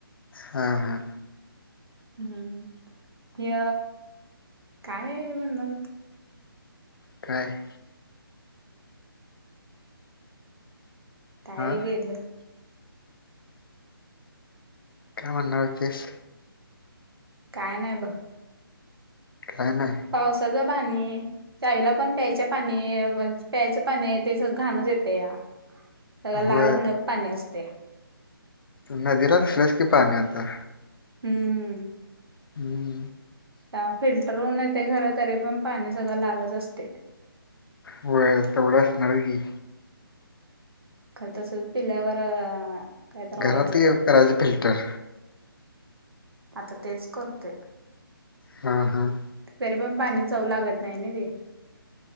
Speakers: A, on the left; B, on the right.
A: हा. हा...
B: हम्म हे काय म्हणणार.
A: काय?
B: काय
A: हा
B: गेलं.
A: काय म्हणणार तेश.
B: काय नाही बघ
A: काय नाय..
B: पावसाचा पाणी.. त्याईला पण प्यायच्या पाणी प्यायचं पाणी ते घाणच येते या.. त्या लाल
A: होय
B: भडक पाणी असतया.
A: नदीला तसल्याच की पाणी आता..
B: हम्म!
A: हम्म! !
B: त्या फिल्टर होऊन येते खर तरी पण पाणी सगळं लालंच असतय.
A: होय तेवढा असणारच की,
B: खरं त असेल पिल्यावर.... काय तर व्हायचं
A: घरात करायच फिल्टर...
B: आता तेच करतोय.
A: हां.. हां..
B: तरी पण पाणी चव लागत नाही ना ते,